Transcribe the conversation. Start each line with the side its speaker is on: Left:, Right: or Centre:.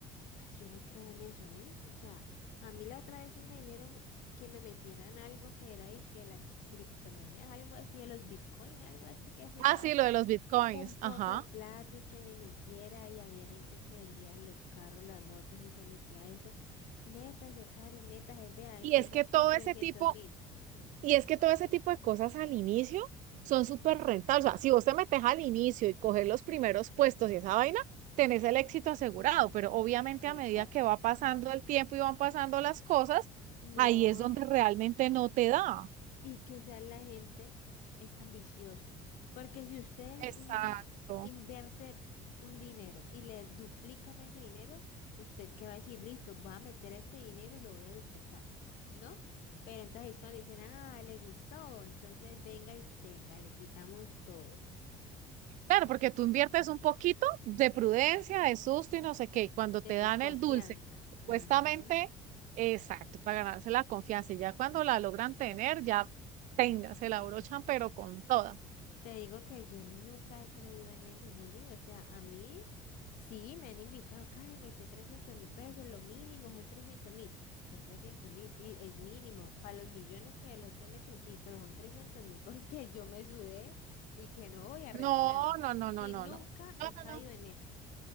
Left: Ay, Yo no creo en eso, ¿sí? O sea, a mí la otra vez sí me dijeron que me metieran algo que era dizque de las criptomonedas, algo así, de los Bitcoin, algo así, que eso iba
Right: Ah, sí,
Left: a dar
Right: lo de los bitcoins,
Left: un poco
Right: ajá.
Left: de plata y que me metiera y había gente que vendía los carros, las motos y se metía a eso. Métase, Karen, métase, vea, empiece
Right: Y es que todo
Left: con trescientos
Right: ese tipo,
Left: mil. Mm, mm,
Right: y es que todo ese tipo de cosas al inicio son súper rentables. O sea, si vos te metes al inicio y coges los primeros puestos y esa vaina, tenés el éxito asegurado. Pero obviamente a medida
Left: Exacto.
Right: que va pasando el tiempo y van pasando las cosas,
Left: No,
Right: ahí es donde realmente no te da.
Left: Y que sea la gente es ambiciosa. Porque si usted
Right: Exacto.
Left: l- invierte un dinero y le duplican ese dinero, usted qué va a decir, listo, voy a meter este dinero y lo voy a duplicar, ¿no? Pero entonces cuando dicen, ah, le gustó, entonces venga y tenga, le quitamos todo.
Right: Claro, porque tú inviertes un poquito de prudencia, de susto y no sé qué. y Cuando te
Left: Desconfianza.
Right: dan el dulce, supuestamente,
Left: Ajá.
Right: exacto, para ganarse la confianza. Y ya cuando la logran tener, ya tenga, se la abrochan, pero con toda.
Left: Te digo que yo nunca he creído en eso, Juli. O sea, a mí sí me han invitado, Karen, mete trescientos mil pesos, lo mínimo son trescientos mil. Son 300 mil, sí, es mínimo. Para los millones que los otros meten, sí, pero son trescientos mil <laughs> pesos que yo me sudé y que no voy a
Right: No,
Left: regalar.
Right: no, no, no,
Left: Y
Right: no,
Left: nunca
Right: no. No,
Left: he caído
Right: no, no.
Left: en eso.